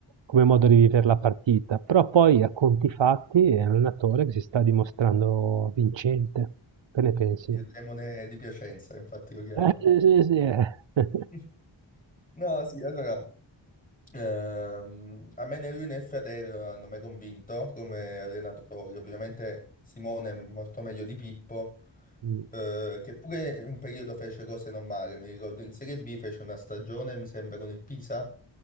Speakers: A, on the right; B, on the left.
A: come modo di viver la partita, però poi a conti fatti è un allenatore che si sta dimostrando vincente. Che ne pensi?
B: Il
A: <laughs>
B: demone di Piacenza, infatti lo chiamano.
A: Eh, sì, sì, sì, eh. <laughs>
B: <laughs> No, sì, allora Ehm, a me né lui né Fiatello hanno mai convinto come allenatori. Ovviamente Simone è molto meglio di Pippo,
A: Mh,
B: eh, che pure in un periodo fece cose non male. Mi ricordo in Serie B fece una stagione, mi sembra, con il Pisa,